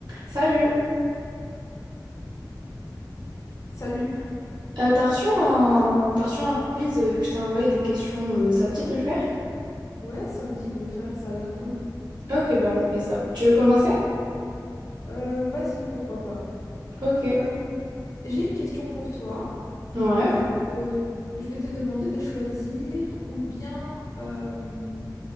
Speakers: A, on the right; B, on the left.
A: Salut!
B: Salut.
A: Euh, t'as reçu un... t'as reçu un quiz euh, que je t'ai envoyé des questions, euh, ça te dit de le faire?
B: Ouais, ça me dit de le faire, ça a l'air cool.
A: Ok, bah on fait ça. Tu veux commencer?
B: Euh, vas-y, pourquoi pas.
A: Ok.
B: Euh, j'ai une question pour toi.
A: Ouais,
B: Donc, je vais, euh, je vais te demander de choisir ou bien, euh,